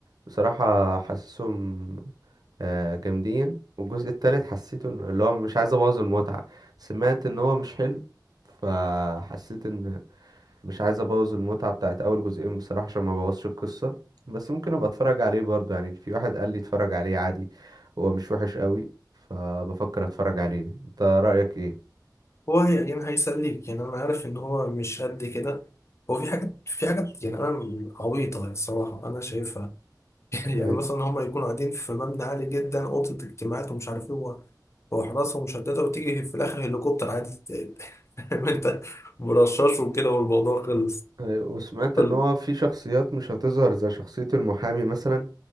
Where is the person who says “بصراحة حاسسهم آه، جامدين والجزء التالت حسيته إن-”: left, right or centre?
Right